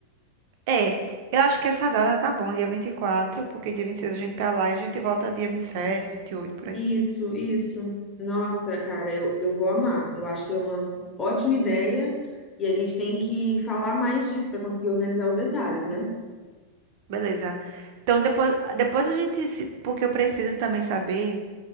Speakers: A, on the right (about 50°); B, on the left (about 25°).
A: É, eu acho que essa data tá bom, dia 24, porque dia 26 a gente tá lá e a gente volta dia vinte vinte e sete, vinte e oito por aí.
B: Isso, isso. Nossa, cara, eu, eu vou amar. Eu acho que é uma ótima ideia e a gente tem que falar mais disso para conseguir organizar os detalhes, né?
A: Beleza. Então, depois, depois a gente. se- Porque eu preciso também saber.